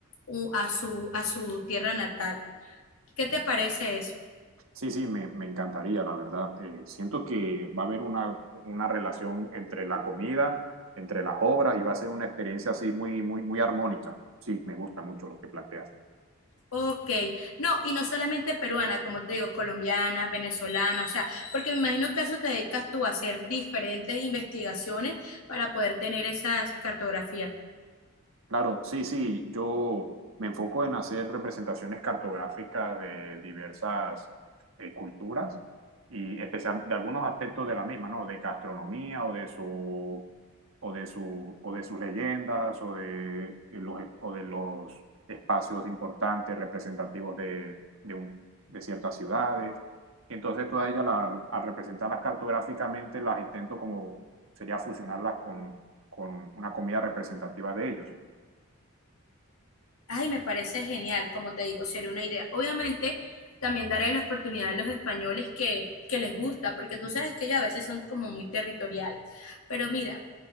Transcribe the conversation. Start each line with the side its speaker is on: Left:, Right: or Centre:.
Left: u- a su, a su tierra natal. ¿Qué te parece eso?
Right: sí, sí, me, me encantaría, la verdad. Eh, siento que va a haber una, una relación entre la comida, entre las obras y va a ser una experiencia así muy, muy, muy armónica. Sí, me gusta mucho lo que planteas.
Left: Ok, no, y no solamente peruana, como te digo, colombiana, venezolana, o sea, porque me imagino que a eso te dedicas tú a hacer diferentes investigaciones para poder tener esas cartografías.
Right: Claro, sí, sí, yo me enfoco en hacer representaciones cartográficas de diversas eh, culturas y especial de algunos aspectos de la misma, ¿no? De gastronomía o de su o de su o de sus leyendas o de, eh, los o de los espacios importantes representativos de, de un- de ciertas ciudades. Entonces, todas ellas la- al representarlas cartográficamente las intento como sería fusionarlas con con una comida representativa de ellos.
Left: Ay, me parece genial, como te digo, sería una idea. Obviamente, también daré la oportunidad a los españoles que, que les gusta, porque tú sabes que ellos a veces son como muy territoriales. Pero mira,